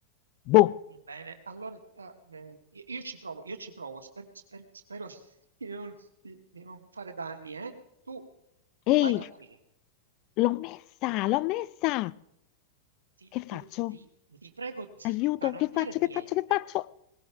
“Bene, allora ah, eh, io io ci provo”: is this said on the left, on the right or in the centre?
Right